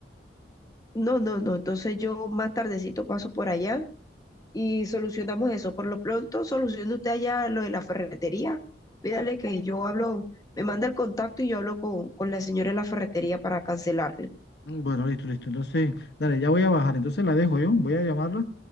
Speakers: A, on the left (about 20°); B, on the left (about 65°).
A: No, no, no. Entonces yo más tardecito paso por allá. y solucionamos eso. Por lo pronto, solucione usted allá lo de la ferretería. Pídale que yo hablo, me manda el contacto y yo hablo con, con la señora de la ferretería para cancelarle.
B: Mm, Bueno, listo, listo. Entonces, dale, ya voy a bajar. Entonces la dejo yo. Voy a llamarla